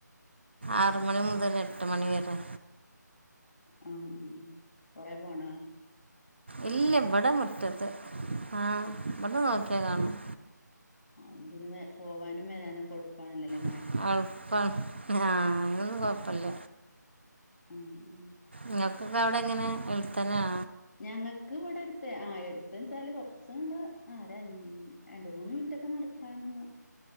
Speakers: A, on the right; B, on the left.
A: ആറുമണിമുതല് ഇട്ട് മണിവരെ
B: ആ ആ കൊറെ പൊണോ
A: ഇല്ല ഇവിടെ മുറ്റത്തു ആ ഇവിടെ നോക്കിയ കാണാം
B: ആ പിന്നെ വേ പോവാനും വരാനുക്കെ എളുപ്പാണല്ലേ?
A: <unintelligible> അ അതിനൊന്നും കൊഴപ്പമില്ല
B: ഉം ഉം
A: ഉം നിക്ക് അവിടെങെനെ വെളുത്തനെയാ
B: ഞങ്ങക്ക് ഇവിടെ എടുത്ത ആ എടുത്ത് വെച്ചാല് കൊറച്ച കണ്ട് ആ രണ്ട് മൂന്ന് മിനിറ്റൊക്കെ നടക്കാനുള്ള